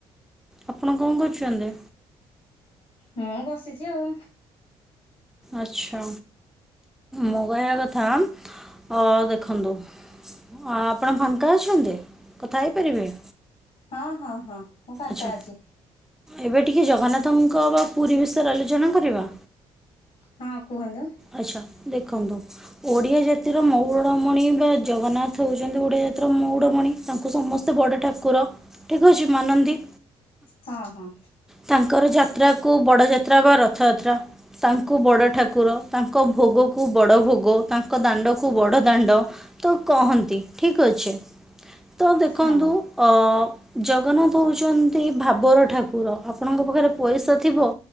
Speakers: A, in the centre; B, on the left.
A: ଆପଣ କଣ କରୁଛନ୍ତି।
B: ମୁଁ ବସିଛି ଆଉ।
A: ଆଚ୍ଛା। ମୋ କହିବା କଥା, ହଁ ଦେଖନ୍ତୁ, ଆପଣ ଫାଙ୍କା ଅଛନ୍ତି। କଥା ହେଇପାରିବେ?
B: ହଁ, ହଁ, ହଁ। ମୁଁ ଫାଙ୍କା
A: ଆଚ୍ଛା।
B: ଅଛି
A: ଏବେ ଟିକିଏ ଜଗନ୍ନାଥଙ୍କର ପୁରୀ ବିଷୟରେ ଆଲୋଚନା କରିବା।
B: ହଁ, କୁହନ୍ତୁ।
A: ଆଚ୍ଛା। ଦେଖନ୍ତୁ, ଓଡିଆ ଜାତିର ମଉରମଣି ବା ଜଗନ୍ନାଥ ହଉଛନ୍ତି ଓଡିଆ ଜାତିର ମଉରମଣି। ତାଙ୍କୁ, ସମସ୍ତେ ବଡ଼ ଠାକୁର, ଠିକ୍ ଅଛି ମାନନ୍ତି।
B: ହଁ, ହଁ।
A: ତାଙ୍କର ଯାତ୍ରାକୁ, ବଡ଼ଯାତ୍ରା ବା ରଥଯାତ୍ରା ତାଙ୍କୁ ବଡ଼ ଠାକୁର, ତାଙ୍କ ଭୋଗକୁ ବଡ଼ ଭୋଗ, ତାଙ୍କ ଦାଣ୍ଡକୁ ବଡ଼ ଦାଣ୍ଡ, ତ କହନ୍ତି, ଠିକ ଅଛି। ତ ଦେଖନ୍ତୁ,
B: ହଁ
A: ଅ ଜଗନ୍ନାଥ ହଉଛନ୍ତି ଭାବର ଠାକୁର। ଆପଣଙ୍କ ପାଖରେ ପଇସା ଥିବ,